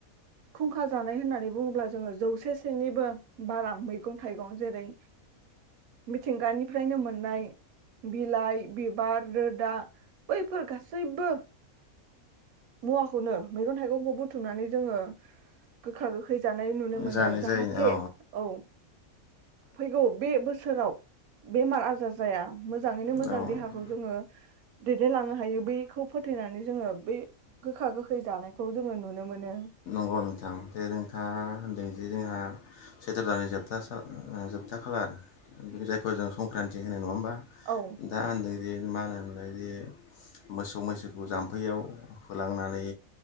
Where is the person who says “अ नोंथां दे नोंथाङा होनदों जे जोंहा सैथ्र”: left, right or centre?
Left